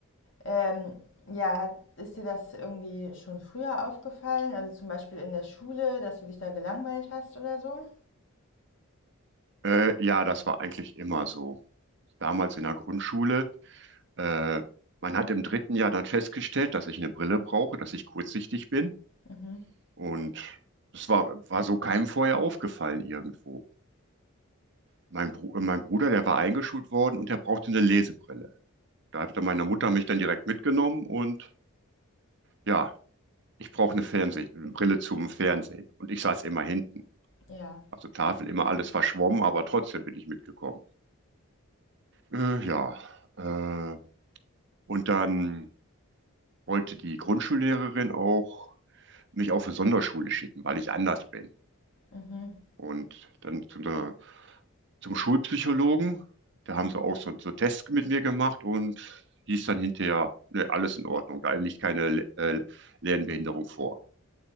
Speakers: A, on the left; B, on the right.
A: Ähm, ja, hat, ist dir das irgendwie schon früher aufgefallen? Also zum Beispiel in der Schule, dass du dich da gelangweilt hast oder so?
B: Äh, ja, das war eigentlich immer so. Damals in der Grundschule, äh, man hat im dritten Jahr dann festgestellt, dass ich eine Brille brauche, dass ich kurzsichtig bin.
A: Mhm.
B: Und das war, war so keinem vorher aufgefallen irgendwo. Mein, Bru äh, mein Bruder, der war eingeschult worden und der brauchte eine Lesebrille. Da hatte meine Mutter mich dann direkt mitgenommen und ja, Ich brauche eine Fernseh eine Brille zum Fernsehen. Und ich saß immer hinten.
A: Ja.
B: Also Tafel immer alles verschwommen, aber trotzdem bin ich mitgekommen. Äh, ja, äh, und dann wollte die Grundschullehrerin auch mich auf eine Sonderschule schicken, weil ich anders bin.
A: Mhm.
B: Und dann zu einer, zum Schulpsychologen, da haben sie auch so, so Tests mit mir gemacht und hieß dann hinterher, ne, alles in Ordnung, da liegt keine äh, Lernbehinderung vor.